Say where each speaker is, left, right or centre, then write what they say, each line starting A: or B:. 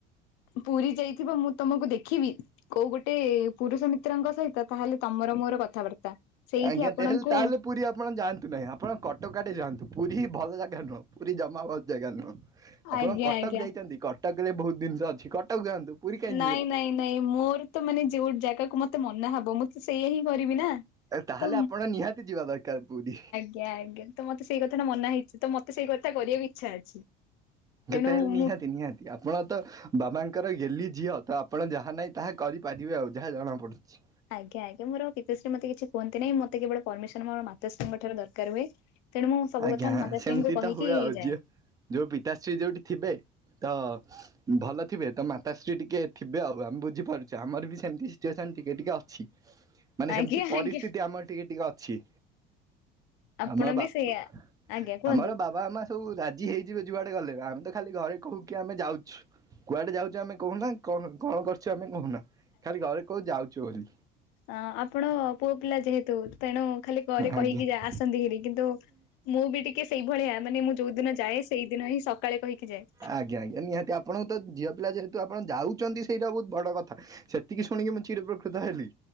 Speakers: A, on the left; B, on the right.
A: ପୁରୀ ଯାଇଥିବ, ମୁଁ ତମକୁ ଦେଖିବି। କୋଉ ଗୋଟେ ପୁରୁଷ ମିତ୍ରଙ୍କ ସହିତ, ତାହେଲେ ତମର ମୋର କଥାବାର୍ତ୍ତା। ସେଇଠି
B: ଆଜ୍ଞା
A: ଆପଣଙ୍କୁ
B: ତେ ହେଲେ ତାହେଲେ ପୁରୀ ଆପଣ ଯାଆନ୍ତୁ ନାହିଁ, ଆପଣ କଟକଆଡେ ଯାଆନ୍ତୁ। ପୁରୀ ଭଲ ଜାଗା ନୁହଁ, ପୁରୀ ଜମା ଭଲ ଜାଗା ନୁହଁ। ଆପଣ
A: ଆଜ୍ଞା
B: କଟକ
A: ଆଜ୍ଞା।
B: ଯାଇଛନ୍ତି? କଟକ ରେ ବହୁତ ଜିନିଷ ଅଛି, କଟକ ଯାଆନ୍ତୁ। ପୁରୀ କାହିଁ
A: ନାଇଁ
B: ଯିବେ।
A: ନାଇଁ ନାଇଁ, ମୋର ତ ମାନେ ଯୋଉ ଜାଗାକୁ ମତେ ମନା ହବ, ମୁଁ ତ ସେଇଆ ହିଁ କରିବି ନା।
B: ତାହେଲେ
A: ତ
B: ଆପଣ ନିହାତି ଯିବା ଦରକାର ପୁରୀ।
A: ଆଜ୍ଞା ଆଜ୍ଞା ତ ମତେ ସେଇ କଥାଟା ମନା ହେଇଛି, ତ ମତେ ସେଇ କଥା କରିବାକୁ ଇଚ୍ଛା ଅଛି। ତେଣୁ
B: ଯେତେହେଲେ ନିହାତି
A: ମୁଁ
B: ନିହାତି। ଆପଣ ତ ବାବାଙ୍କର ଗେଲ୍ଲି ଝିଅ, ତ ଆପଣ ଯାହା ନାହିଁ ତାହା କରିପାରିବେ ଆଉ ଯାହା ଜଣାପଡ଼ୁଛି।
A: ଆଜ୍ଞା ଆଜ୍ଞା, ମୋର ପିତାଶ୍ରୀ ମତେ କିଛି କୁହନ୍ତି ନାହିଁ। ମତେ କେବଳ ପରମିସନ ମୋର ମାତାଶ୍ରୀଙ୍କ ଠାରୁ ଦରକାର ହୁଏ। ତେଣୁ ମୁଁ ସବୁ
B: ଆଜ୍ଞା
A: କଥା ମାତାଶ୍ରୀଙ୍କୁ
B: ସେମିତି
A: କହିକିଇ
B: ତ ହୁଏ ଆଉ
A: ଯାଏ।
B: ଝିଅ ଯୋଉ ପିତାଶ୍ରୀ ଯୋଉଠି ଥିବେ, ତ ଭଲ ଥିବେ ତ ମାତାଶ୍ରୀ ଟିକେ ଥିବେ ଆଉ ଆମେ ବୁଝିପାରୁଛେ, ଆମର ବି ସେମିତି ସିଚୁଏସନ ଟିକେ ଟିକେ ଅଛି। ମାନେ
A: ଆଜ୍ଞା
B: ସେମିତି ପରିସ୍ଥିତି
A: ଆଜ୍ଞା
B: ଆମର ଟିକେ ଟିକେ ଅଛି।
A: ଆପଣ
B: ଆମ ବାପ
A: ବି ସେଇଆ।
B: ଆମର
A: ଆଜ୍ଞା କୁହନ୍ତୁ
B: ବାବା ମା ସବୁ ରାଜି ହେଇଯିବେ ଯୁଆଡେ ଗଲେ, ଆମେ ତ ଖାଲି ଘରେ କହୁ କିି ଆମେ ଯାଉଛୁ। କୁଆଡେ ଯାଉଛୁ ଆମେ କହୁନା, କ କଣ କରଛୁ ଆମେ କହୁନା, ଖାଲି ଘରେ କୋହୁ ଯାଉଛୁ ବୋଲି।
A: ଅ ଆପଣ ପୁଅ ପିଲା ଯେହେତୁ, ତେଣୁ ଖାଲି ଘରେ କହିକି
B: ଆଜ୍ଞା।
A: ଆସନ୍ତି କିରି କିନ୍ତୁ ମୁଁ ବି ଟିକେ ସେଇଭଳିଆ। ମାନେ ମୁଁ ଯୋଉ ଦିନ ଯାଏ, ସେଇଦିନ ହିଁ ସକାଳେ କହିକି ଯାଏ।
B: ଆଜ୍ଞ ଆଜ୍ଞା ନିହାତି, ଆପଣଙ୍କୁ ତଝିଅ ପିଲା ଯେହତୁ କିନ୍ତୁ ଆପଣ ଯାଉଛନ୍ତି ସେଇଟା ବହୁତ ବଡ କଥା। ସେତିକି ଶୁଣିକି ମୁଁ ଚିରଉପକୃତ ହେଲି।